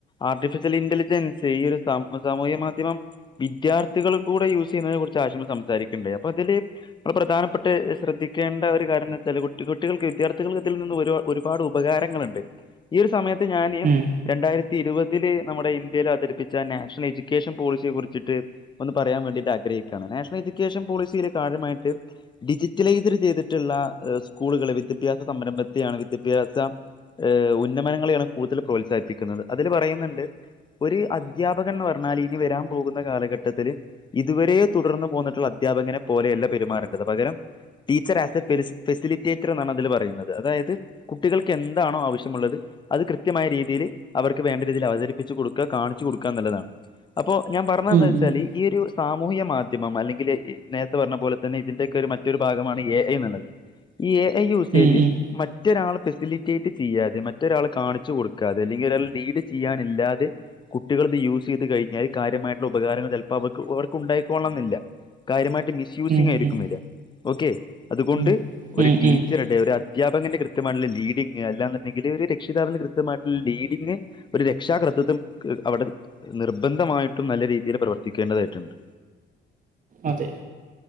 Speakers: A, on the left (about 25°); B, on the right (about 40°).
A: ആർട്ടിഫിഷ്യൽ ഇന്റലിജൻസ് ഈ ഒരു സ സാമൂഹ്യ മാധ്യമം വിദ്യാർത്ഥികൾ കൂടെ യൂസ് ചെയ്യുന്നതിനെ കുറിച്ച് ആശ സംസാരിക്കണ്ട അപ്പോ അതില്ള പ്രധാനപ്പെട്ട ശ്രദ്ധ ക്കേണ്ട ഒരു കാര്യന്താന്ന്വെച്ചാല് കുട്ടികൾക്ക് വിദ്യാർത്ഥികൾക്ക് ഇതിൽ നിന്ന് ഒരുപ ഒരുപാട് ഉപകാരങ്ങളുണ്ട് ഈ ഒരു സമയത്ത് ഞാന്
B: ഉം
A: രണ്ടായിരത്തി ഇരുപതിൽ നമ്മുടെ ഇന്ത്യയിൽ അവതരിപ്പിച്ച നാഷണൽ എഡ്യൂക്കേഷൻ പോളിസിയെ കുറിച്ചിട്ട് ഒന്ന് പറയാൻ വേണ്ടിട്ട് ആഗ്ര യിട്ടാണ് നാഷണൽ എഡ്യക്കേഷൻ പോളിസി കാര്യമായിട്ട് ഡിജിറ്റലൈസ് ചെയ്തിട്ടുള്ള സ്കൂളുകൾ വിദ്യാഭ്യാസ സംരംഭെത്തേയാണ് വിദ്യാഭ്യാസ ഉന്നമനങ്ങളെ കൂടുതൽ പ്രോത്സാഹിപ്പിക്കുന്നത് അതിൽ പറയുന്നുണ്ട് ഒരു അധ്യാപകൻന്ന് പറഞ്ഞാൽ ഇനി വരാൻ പോകുന്ന കാല ഘട്ടത്തില് ഇതുവരെ തുടർന്നു പോന്നിട്ടുള്ള അധ്യാപകനെ പോലെയല്ല പെരുമാറേണ്ടത് പകരം ടീച്ചർ ആസ് എ ഫെ ഫെസിലിറ്റേറ്റർ എന്നാണ് അതിൽ പറയുന്നത് അതായത് കുട്ടികൾക്ക് എന്താണോ ആവശ്യമുള്ളത് അത് കൃത്യമായ രീതിയിൽ അവർക്ക് വേണ്ട രീതിയിൽ അവതരിപ്പിച്ച് കൊടുക്കുക കാണിച്ചു കൊടുക്കുക എന്ന്ള്ളതാണ് അപ്പൊ ഞാൻ പറഞ്ഞതന്താച്ചാല്
B: ഉം
A: ഈ ഒരു സാമൂഹിക മാധ്യമം അല്ലെങ്കിൽ നേരത്തെ പറഞ്ഞ പോലെ തന്നെ ഇതിന്റെ മറ്റൊരു ഭാഗമാണ് എ ഐ ന്ന്ള്ളത് ഈ എ ഐ യൂസേജ്
B: ഉം ഉം
A: മറ്റൊരാൾ ഫെസിലിറ്റേറ്റ് ചെയ്യാതെ മറ്റൊരാൾ കാണ കൊടുക്കാതെ അല്ലെങ്കിൽ ഒരാൾ ലീഡ് ചെയ്യാനില്ലാതെ കുട്ടികൾ ഇത് യൂസ് ചെയ്ത് കഴിഞ്ഞാൽ കാര്യമായിട്ടുള്ള ഉപകാരങ്ങൾ അവക്ക് അവർക്ക് ഉണ്ടായിക്കോള്ളണംന്നില്ല കാര്യമായിട്ട് മിസ്യൂസിങ്
B: ഉം ഉം
A: ആയിരിക്കും
B: ഉം
A: വരാ ഓക്കെ അതുകൊണ്ട്
B: ഉം
A: ഒരു
B: ഉം
A: ടീച്ചറടെ
B: ഉം
A: ഒരു അധ്യാപകന്റെ കൃത്യമായിട്ടുള്ള ലീഡിംഗ അല്ലാെന്നുണ്ടെങ്കി ഒരു രക്ഷിതാവിന് കൃ താവും ആയിട്ടുള്ള ലീഡിംങ് ഒരു രക്ഷാകർം അവിടെ നിർബന്ധമായിട്ടും നല്ല രീതിൽ പ്രവർ പ്രവർത്തക്കേണ്ടതായിട്ടുണ്ട്
B: അതെ